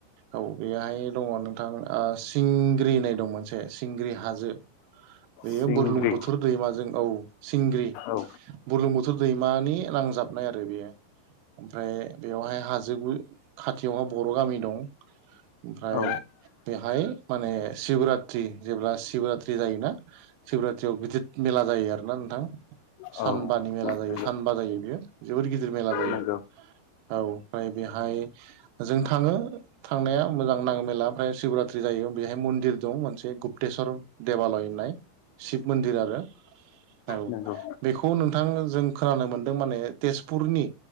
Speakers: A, on the right; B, on the left.
A: औ बेहाय दङ' नोंथां सिंग्रि होननाय दं मोनसे सिंग्रि हाजो बेयो
B: सिंग्रि
A: बुरलुंबुथुर दैमाजों औ सिंग्रि
B: औ
A: बुरलुंबुथुर दैमानि नांजाबनाय आरो बेयो ओमफ्राय बेवहाय हाजो खाथियावहा बर' गामि दं ओमफ्राय
B: औ
A: बेहाय माने शिबरात्रि जेब्ला शिबरात्रि जायोना सिबरात्रियाव गिदिर मेला जायो आरोना नोंथां सानबानि
B: औ
A: मेला जायो
B: नंगौ
A: सानबा जायो बियो जोबोर गिदिर मेला जायो
B: नंगौ
A: औ ओमफ्राय बेहाय जों थाङो थांनाया मोजां नाङो मेला ओमफ्राय शिवरात्रि जायो बेहाय मन्दिर दं मोनसे गुप्तेस्वर देबालय होननाय शिब मन्दिर आरो औ
B: नोंगौ
A: बेखौ नोंथां जों खोनानो मोनदों माने तेजपुरनि